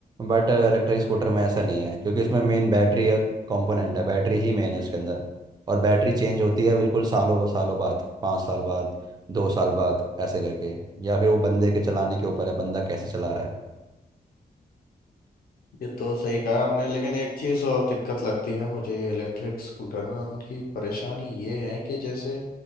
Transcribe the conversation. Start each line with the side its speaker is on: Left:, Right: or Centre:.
Right: बट इलेक्ट्रिक
Left: ये
Right: स्कूटर में ऐसा
Left: ये
Right: नहीं
Left: तो
Right: है क्योंकि उसमें मेन बैटरी कंपोनेंट है बैटरी ही मेन है उसके अंदर और बैटरी चेंज होती है बिल्कुल सालों ब- सालों बाद पाँच साल बाद दो साल बाद ऐसे करके या फिर वो बंदे के चलाने के ऊपर है बंदा कैसे चला रहा है
Left: ये तो सही कहा आपने लेकिन एक चीज़ और दिक्कत लगती है मुझे ये इलेक्ट्रिक स्कूटर में उनकी परेशानी ये है कि जैसे